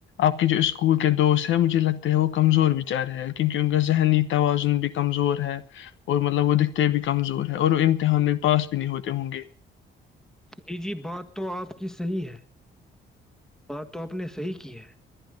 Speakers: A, on the left; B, in the centre.
A: آپ کے جو اسکول کے دوست ہے مجھے لگتا ہے وہ کمزور بچارے ہے کیونکہ ان کا ذہنی توازن بھی کمزور ہے اور مطلب وہ دکھتے بھی کمزور ہے اور وہ امتحان میں پاس بھی نہیں ہوتے ہوں گے
B: جی جی بات تو آپ کی صحیح ہے بات تو آپ نے صحیح کی ہے